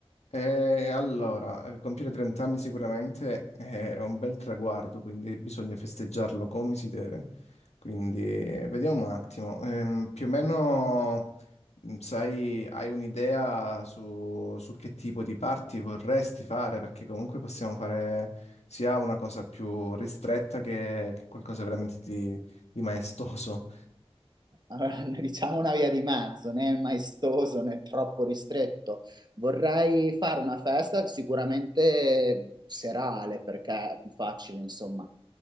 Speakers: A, on the left (about 85°); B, on the right (about 40°).
A: E allora, eh, compiere 30 anni sicuramente è un bel traguardo, quindi bisogna festeggiarlo come si deve. Quindi eh, vediamo un attimo, Ehm, più o meno mh, sai, hai un'idea su, su che tipo di party vorresti fare? Perché comunque possiamo fare sia una cosa più ristretta che, che qualcosa veramente di, di maestoso.
B: Allora, <laughs> ne diciamo una via di mezzo, né maestoso né troppo ristretto. Vorrei fare una festa sicuramente serale perché è più facile, insomma,